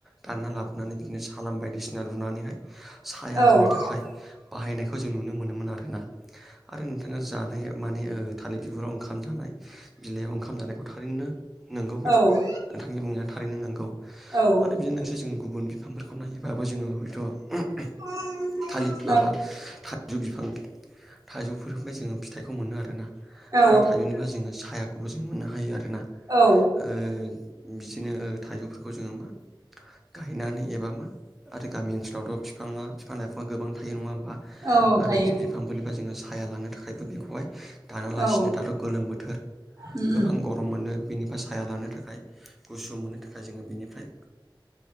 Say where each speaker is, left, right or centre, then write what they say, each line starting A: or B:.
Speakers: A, in the centre; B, on the right.
A: दानना लाबोनानै बिदिनो सालाम बायदिसिना लुनानैहाय साया
B: औ
A: होनो थाखाय बाहायनायखौ जों नुनो मोनोमोन आरोना। आरो नोंथाङा जानाय माने ओ थालिर बिगुराव ओंखाम जानाय बिलाइयाव ओंखाम जानायखौ थारैनो नंगौ बे
B: औ
A: था नोंथांनि बुंनाया थारैनो नोंगौ
B: औ
A: आरो बिदिनोसै जों गुबुन खामफोरखौ नायोबाबो जोङो हयथ'
B: <unintelligible>
A: थालिर माबा थाइजौ बिफां थाइजौफोरखौहाय जोङो फिथाइखौ मोनो आरोना।
B: औ
A: आरो थाइजौनिफ्राय जोङो सायाखौबो जों मोननो हायो आरोना।
B: औ।
A: ओ बिदिनो थाइजौफोरखौ जोङो मा गायनानै एबा मा आरो गामि ओनसोलावथ' बिफाङा बिफां लाइफाङा गोबां थायो नङा होम बा
B: औ
A: आरो
B: थायो
A: जिब बिफांफोरनिफाय जोङो साया लानो थाखायबो बेखौहाय दानालासिनो
B: औ
A: दाथ' गोलोम बोथोर
B: उम
A: गोबां
B: उम
A: गरम मोनो बेनिफ्राय साया लानो थाखाय गुसु मोननो थाखाय जों बेनिफ्राय